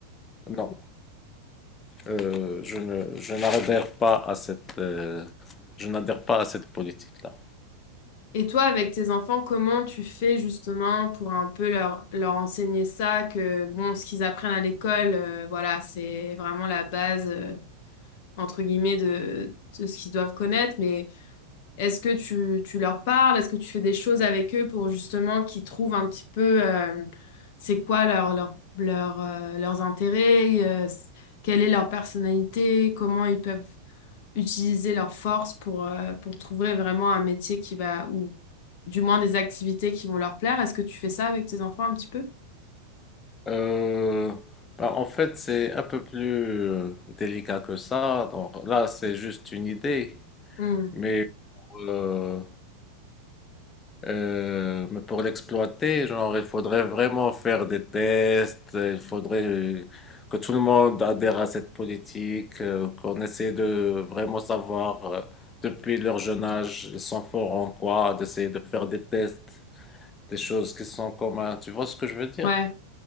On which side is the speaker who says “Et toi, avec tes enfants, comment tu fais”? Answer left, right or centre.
Left